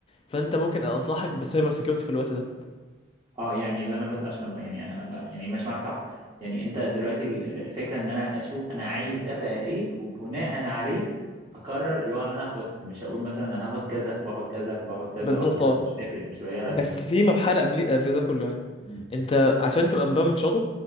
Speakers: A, on the left; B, on the right.
A: فانت ممكن انصحك بالسايبر سيكيورتي في الوقت ده
B: اه يعني اللي انا بس عشان ابقى يعني أبقى يعني ماشي معاك صح يعني انت دلوقتي ال- ال- الفكره ان انا اشوف انا عايز ابقى ايه وبناء عليه اقرر اللغه اللي انا هاخدها مش هقول مثلا انا هاخد كذا واخد كذا واخد كذا
A: بالظبط
B: واخد كذا
A: اه
B: مش تفرق مش هيبقى ليها لازمه
A: بس في مرحلة قبل قبل ده كله يعني
B: امم
A: انت عشان تبقى مبرمج شاطر